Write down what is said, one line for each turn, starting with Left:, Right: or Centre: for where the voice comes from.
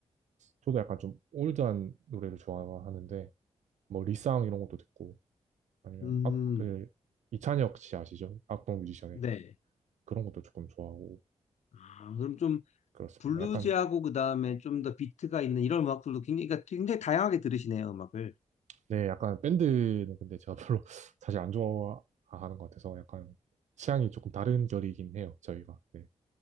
Right: 저도 약간 좀 올드한 노래를 좋아하는데, 뭐 리쌍 이런 것도 듣고, 아니면
Left: 음,
Right: 악, 그, 이찬혁 씨 아시죠? 악동 뮤지션의
Left: 네.
Right: 그런 것도 조금 좋아하고,
Left: 아, 그럼 좀
Right: 그렇습니다.
Left: 블루지하고
Right: 약간
Left: 그다음에 좀 더 비트가 있는 이런 음악들도 굉장히 그러니까 굉장히 다양하게 들으시네요, 음악을.
Right: 네, 약간 밴드는 근데 제가 별로 <laughs> 사실 안 좋아하는 것 같아서 약간 취향이 조금 다른 결이긴 해요, 저희가. 네.